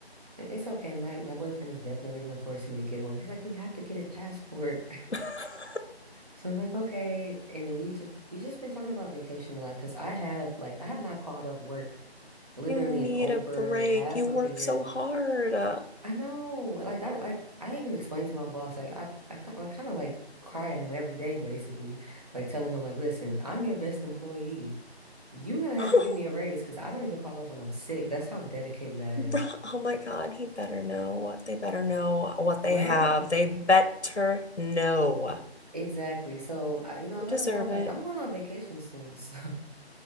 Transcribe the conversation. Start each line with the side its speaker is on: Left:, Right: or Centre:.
Right: I- It's okay. My my boyfriend is definitely gonna force me to get one. He's like, you have to get a passport.
Left: <laughs>
Right: So I'm like, okay. And then we just we just been talking about vacation a lot because I have like I have not called up work literally
Left: You need
Right: in over
Left: a break.
Right: half
Left: You
Right: of
Left: work
Right: a year.
Left: so hard. Oh,
Right: I know, like I like I even explained to my boss like I I, ki- I kind of like cry at him every day basically, like telling him like, listen, I'm your best employee. You're gonna have
Left: <laughs>
Right: to give me a raise because I don't even call up when I'm sick. That's how dedicated I
Left: Bro-
Right: am.
Left: Oh my God, he better know what they better know what they
Right: Right?
Left: have. They better know.
Right: Exactly. So I, you know, I
Left: You
Right: let
Left: deserve
Right: him know like
Left: it.
Right: I'm going on vacation soon. <laughs>